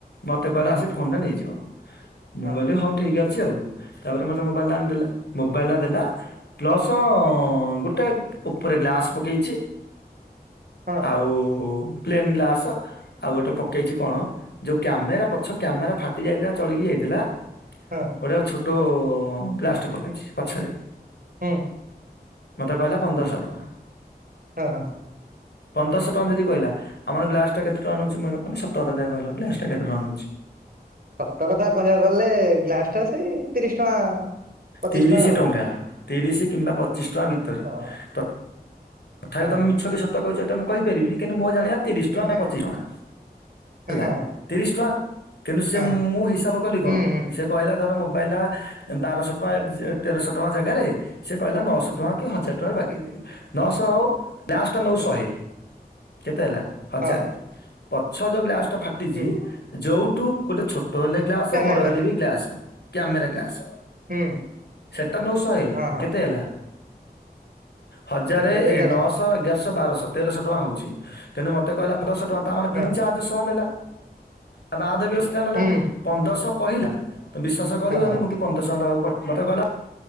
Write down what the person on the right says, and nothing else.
ହଁ
ହଁ।
ହଁ
ହଁ
ହୁଁ।
ହଁ
ସତ କଥା କହିବାକୁ ଗଲେ, ଗ୍ଲାସ୍ ଟା ସେଇ ତିରିଶ ଟଙ୍କା। ପଚିଶ
ଆଉ
ହଁ
ହଁ
ହୁଁ,
ହଁ
ହଁ
ହୁଁ
ହୁଁ
ହଁ
ହଁ
ହୁଁ
ହୁଁ
ପ୍ୟାନେଲ
ଟା
ହୁଁ
ହଁ ହଁ
ଏବେ ଏଗାରଶହ
ହଁ
ହୁଁ
ହଁ ହଁ